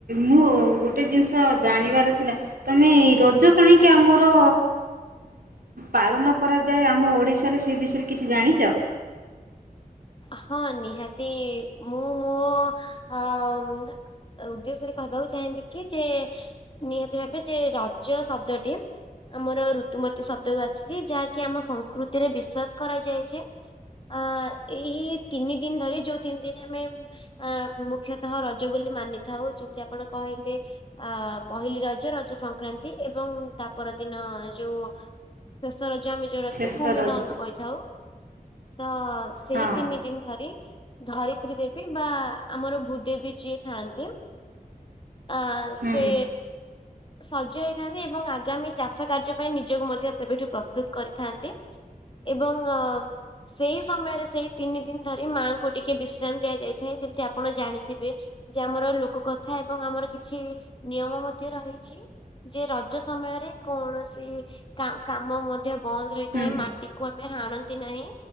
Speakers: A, on the right; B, on the left.
A: ମୁଁ ଗୋଟେ ଜିନିଷ ଜାଣିବାର ଥିଲା ତମେଇ ର ଯୋଉ କାହିଁକି
B: ଆଜ୍ଞା।
A: ଆମର ପାଳନ କରାଯାଏ ଆମ ଓଡ଼ିଶାରେ ସେ ବିଷୟରେ କିଛି ଜାଣିଛ ।
B: ହଁ ନିହାତି ମୁଁ ମୋ ଅ ଉଦ୍ଦେଶ୍ୟରେ କହିବାକୁ ଚାହିଁବି କି ଯେ ନିହାତି ଭାବେ ଯେ ରଜ ଶବ୍ଦଟି ଆମର ଋତୁମତୀ ଶବ୍ଦରୁ ଆସିଛି ଯାହାକି ଆମ ସଂସ୍କୃତିରେ ବିଶ୍ଵାସ କରାଯାଇଛି ଯେ ଆ ଏଇ ତିନି ଦିନ ଧରି ଯୋଉ ତିନି ଦିନ ଆମେ ଅ ମୁଖ୍ୟତଃ ରଜ ବୋଲି ମାନିଥାଉ ଯେମିତି ଆପଣ କହିଲେ ଅ ପହିଲି ରଜ ରଜ ସଂକ୍ରାନ୍ତି ଏବଂ ତା ପରର ଦିନ ଯୋଉ ସରଜମେ ଯୋଉଡା
A: ଶେଷ
B: କି ଭୂମି
A: ରଜ
B: ଦହନ କହିଥାଉ ତ ସେଇ
A: ହଁ
B: ତିନି ଦିନ ଧରି ଧରିତ୍ରୀ ଦେବୀ ବା ଆମର ଭୂଦେବୀ ଯିଏ ଥାଆନ୍ତି ଅ
A: ହୁଁ
B: ସେ ସଜ ହେଇଥାନ୍ତି ଏବଂ ଆଗାମୀ ଚାଷ କାର୍ଯ୍ୟ ପାଇଁ ନିଜକୁ ମଧ୍ୟ ସେବେଠୁ ପ୍ରସ୍ତୁତ କରିଥାନ୍ତି ଏବଂ ସେଇ ସମୟରେ ସେଇ ତିନି ଦିନ ଧରି ମାଆଙ୍କୁ ଟିକେ ବିଶ୍ରାମ ଦିଆଯାଇଥାଏ ଯେମିତି ଆପଣ ଜାଣିଥିବେ ଯେ ଆମର ଲୋକ କଥା ଏବଂ ଆମର କିଛି ନିୟମ ମଧ୍ୟ ରହିଛି ଯେ ରଜ ସମୟରେ କୌଣସି କାମ ମଧ୍ୟ ବନ୍ଦ ରହିଥାଏ
A: ହୁଁ
B: ମାଟିକୁ ଆମେ ହାଣନ୍ତି ନାହିଁ